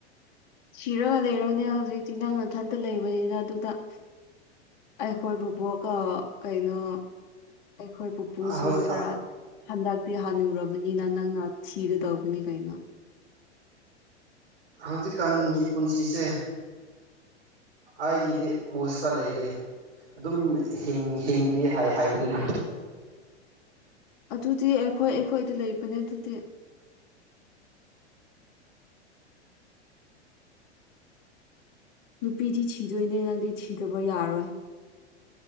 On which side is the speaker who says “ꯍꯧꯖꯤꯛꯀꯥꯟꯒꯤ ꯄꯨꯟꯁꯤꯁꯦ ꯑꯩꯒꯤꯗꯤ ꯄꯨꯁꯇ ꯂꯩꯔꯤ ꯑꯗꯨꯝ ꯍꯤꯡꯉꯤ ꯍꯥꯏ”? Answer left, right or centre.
Right